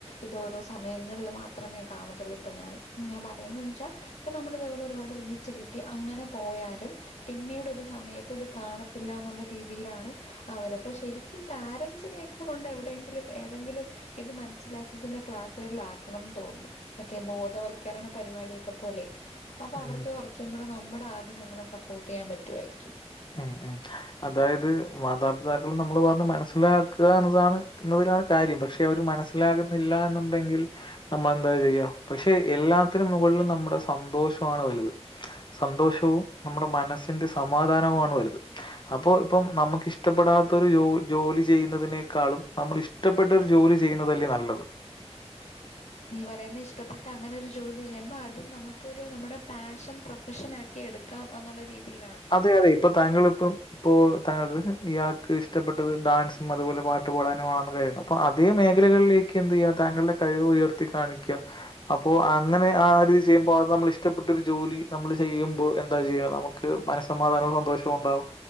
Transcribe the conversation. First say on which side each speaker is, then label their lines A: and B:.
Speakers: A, on the left; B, on the left.
A: ഇത് ഓരോ സമയങ്ങളിൽ മാത്രമേ കാണത്തുള്ളൂ ഇപ്പൊ ഞാൻ ഞാൻ പറയുന്ന വച്ചാൽ ഇപ്പൊ നമ്മള് ഇതേപോലെ ഒരുപാട് റീച്ച് കിട്ടി അങ്ങനെ പോയാലും പിന്നീട് ഒരു സമയത്ത് ഇത് കാണത്തില്ല എന്നുള്ള രീതിയിലാണ് അവരപ്പൊ ശരിക്കും പാരൻറ്സിനെ ണ്ട് എവിടെയെങ്കിലും ഏതെങ്കിലും ഇത് മനസ്സിലാക്കിക്കുന്ന ക്ലാസ്സുകളിൽ ആക്കണംന്ന് തോന്നുന്നു മറ്റേ ബോധവൽക്കരണ പരിപാടിയൊക്കെ പോലെ അപ്പൊ
B: ഉം.
A: അവർക്ക് കുറച്ചും കൂടെ നമ്മ നമ്മുടെ ആഗ്രഹങ്ങളെ സപ്പോർട്ട് ചെയ്യാൻ പറ്റുായിരിക്കും
B: ഉം. ഉം. അതായത് മാതാപിതാക്കൾ നമ്മൾ പറഞ്ഞ് മനസ്സിലാക്കുക എന്നതിലാണ് എന്നതിലാണ് കാര്യം പക്ഷെ അവര് മനസ്സിലാകുന്നില്ല എന്നുണ്ടെങ്കിൽ നമ്മൾ എന്താ ചെയ്യുക പക്ഷെ എല്ലാത്തിനും മുകളിലും നമ്മുടെ സന്തോഷമാണ് വലുത് സന്തോഷവും നമ്മുടെ മനസ്സിന്റെ സമാധാനവും ആണ് വലുത് അപ്പൊ ഇപ്പം നമുക്ക് ഇഷ്ടപ്പെടാത്ത ഒരു ജോ ജോലി ചെയ്യുന്നതിനേക്കാളും നമ്മൾ ഇഷ്ടപ്പെട്ട ഒരു ജോലി ചെയ്യുന്നതല്ലേ നല്ലത്
A: നീ പറയുന്ന ഇഷ്ടപ്പെട്ട അങ്ങനെ ഒരു ജോലി ചെയ്യുമ്പ അത് നമുക്കൊരു നമ്മുടെ പാഷൻ പ്രൊഫഷൻ ആക്കി എടുക്കാം എന്നുള്ള രീതിയിൽ
B: അതെ അതെ ഇപ്പൊ താങ്കൾ ഇപ്പം ഇപ്പൊ താങ്കൾക്ക് ഇയാൾക്ക് ഇഷ്ടപ്പെട്ടത് ഡാൻസും അതുപോലെ പാട്ട് പാടാനും ആണെന്ന് കഴയുന്നത് അപ്പൊ അതേ മേഖലകളിലേക്ക് എന്ത് ചെയ്യുക താങ്കളുടെ കഴിവ് ഉയർത്തി കാണിക്കുക അപ്പൊ അങ്ങനെ ആരിതി ചെയ്യുമ്പോ അത് നമ്മൾ ഇഷ്ടപ്പെട്ടൊ ഒരു ജോലി നമ്മൾ ചെയ്യുമ്പോ എന്താ ചെയ്യ നമുക്ക് മനസ്സമാധാനവും സന്തോഷവും ഉണ്ടാവും